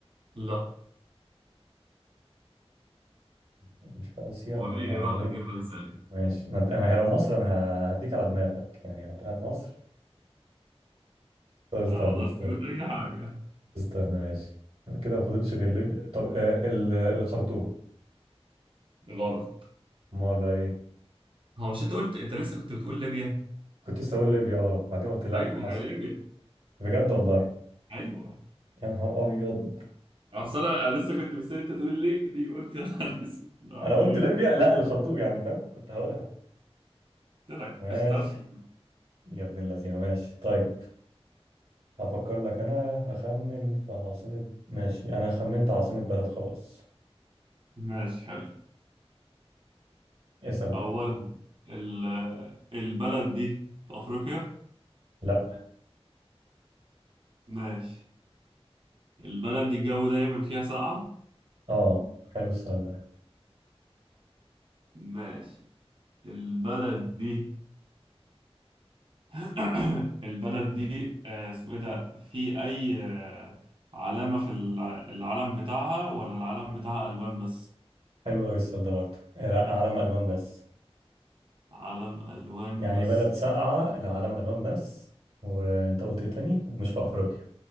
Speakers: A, on the right; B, on the right.
A: لا
B: مش في آسيا
A: وريني
B: دولة عربية
A: بقى هتجيبها ازاي <laughs>
B: ماشي ما أنت- ما هي لو مصر أنا ه- هديك على دماغك يعني لو طلعت مصر طب استنى
A: أنا ما أقدرش
B: استنى
A: أقول أي حاجة
B: استنى ماشي كده ما فضلتش غير ليبيا طب آه ال- الخرطوم
A: غلط
B: امال بقى ايه
A: هو مش انت قلت انت لسه كنت بتقول ليبيا
B: كنت لسه اقول ليبيا اه بعدين قلت لا
A: ايوه
B: حصل
A: ما هي ليبيا
B: بجد والله
A: ايوه
B: يا نهار ابيض
A: اصل انا أنا لسه كنت مستني انت تقول لي دي قلت يا نهار اسود لا،
B: انا
A: ايه
B: قلت ليبيا لا الخرطوم يعني فاهم كنت هقولها
A: قلت لك
B: ماشي
A: مش هتعرف تجيبها.
B: يا ابن اللذينه ماشي طيب هفكر لك انا هخمن في عاصمة ماشي انا خمنت عاصمة بلد خلاص
A: ماشي حلو
B: اسأل بقى
A: اولا ال- البلد دي في افريقيا
B: لا
A: ماشي البلد دي الجو دايما فيها ساقعة
B: اه حلو السؤال ده
A: ماشي البلد دي <clears throat> البلد دي آه، اسمه ايه ده في اي آه، علامة في الع- العلم بتاعها ولا العلم بتاعها الوان بس
B: حلو قوي السؤال ده برضه آه، لا علم الوان بس
A: علم ألوان
B: يعني
A: بس
B: بلد ساقعة العلم ألوان بس وأنت قلت إيه تاني ومش في أفريقيا